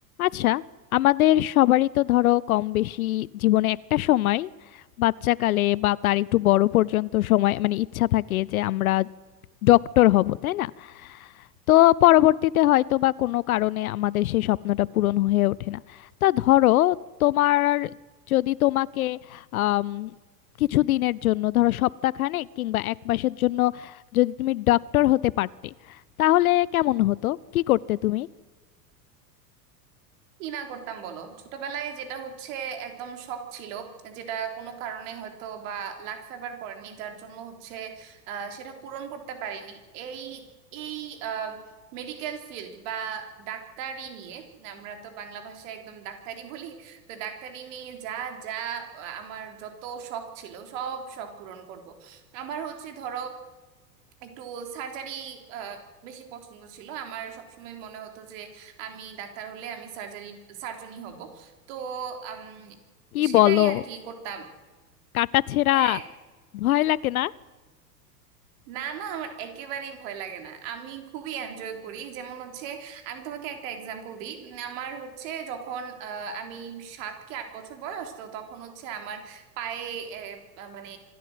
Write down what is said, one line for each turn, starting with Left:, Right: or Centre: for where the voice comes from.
Left: আচ্ছা আমাদের সবারই তো ধরো কম বেশি জীবনে একটা সময় বাচ্চাকালে বা তার একটু বড় পর্যন্ত সময় মানে ইচ্ছা থাকে যে আমরা ডক্টর হব তাই না তো পরবর্তীতে হয়তো বা কোনো কারণে আমাদের সেই স্বপ্নটা পূরণ হয়ে ওঠে না তা ধরো তোমার যদি তোমাকে আম, কিছু দিনের জন্য ধরো সপ্তাহখানেক কিংবা এক মাসের জন্য যদি তুমি ডক্টর হতে পারতে তাহলে কেমন হতো কি করতে তুমি
Right: কি না করতাম বলো ছোটবেলায় যেটা হচ্ছে একদম শখ ছিল যেটা কোনো কারণে হয়তো বা লাক ফেভার করেনি যার জন্য হচ্ছে আহ, সেটা পূরণ করতে পারিনি এই এই মেডিকেল ফিল্ড বা ডাক্তারি নিয়ে আমরা তো বাংলা ভাষায় একদম ডাক্তারি বলি তো ডাক্তারি নিয়ে যা যা আহ, আমার যত শখ ছিল সব শখ পূরণ করব আমার হচ্ছে ধরো একটু সার্জারি বেশি পছন্দ ছিল আমার সবসময় মনে হতো যে আমি ডাক্তার হলে আমি সার্জারি সার্জনই হব তো উম,
Left: কি
Right: সেটাই
Left: বলো
Right: আর কি করতাম
Left: কাটাছেঁড়া
Right: হ্যাঁ
Left: ভয় লাগে না
Right: না না আমার একেবারেই ভয় লাগে না আমি খুবই এনজয় করি যেমন হচ্ছে আমি তোমাকে একটা এক্সাম্পল দিই উম, আমার হচ্ছে যখন আহ, আমি সাত কি আট বছর বয়স তো তখন হচ্ছে আমার পায়ে আহ, মানে